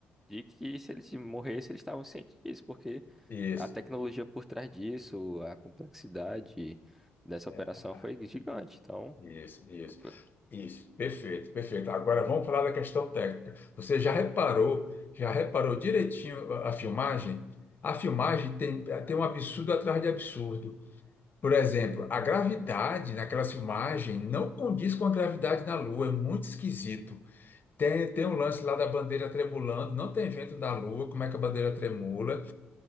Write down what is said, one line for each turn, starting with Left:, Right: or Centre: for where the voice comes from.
Centre: de que se eles morressem, eles estavam cientes disso, porque
Left: Isso.
Centre: a tecnologia por trás disso, a complexidade dessa
Left: É,
Centre: operação foi gigante. Então,
Left: Isso, isso,
Centre: opa,
Left: isso, perfeito, perfeito. Agora vamos falar da questão técnica. Você já reparou, já reparou direitinho a a filmagem? A filmagem tem, tem um absurdo atrás de absurdo. Por exemplo, a gravidade naquela filmagem não condiz com a gravidade da Lua, é muito esquisito. Tem, tem um lance lá da bandeira tremulando, não tem vento da Lua, como é que a bandeira tremula?